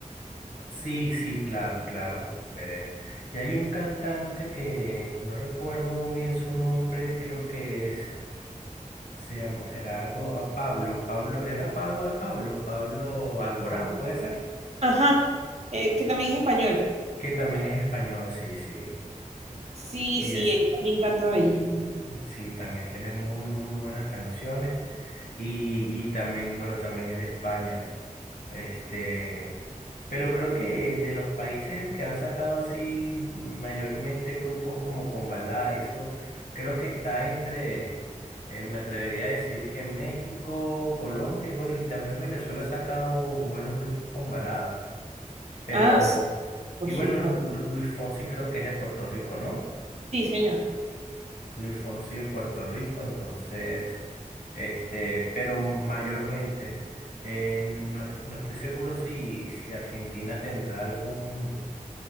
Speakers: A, on the left; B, on the right.
A: Sí, sí, claro, claro, Beret. Y hay un cantante que no recuerdo muy bien su nombre, creo que es... Se llama- será algo a Pablo. Pablo, era Pablo de Pablo, Pablo Alborán, puede ser.
B: ajá, eh, que también es español.
A: Que también es español, sí, sí.
B: Sí,
A: Y
B: sí,
A: ese
B: él también canta bellísimo.
A: sí, también tiene muy, muy buenas canciones. Y, y también, bueno, también es de España. Este, pero creo que de los países que han sacado así mayormente grupos como con balada y eso, creo que está entre, eh, me atrevería a decir que México, Colombia y bueno, y también Venezuela ha sacado buenos grupos con balada. Pero,
B: Ah, sí, por
A: y
B: supuesto.
A: bueno, Lu- Luis Fonsi creo que es de Puerto Rico, ¿no?
B: Sí, señor.
A: Luis Fonsi de Puerto Rico, entonces, este, pero mayormente, eh, no, no estoy seguro si, si Argentina tendrá algún,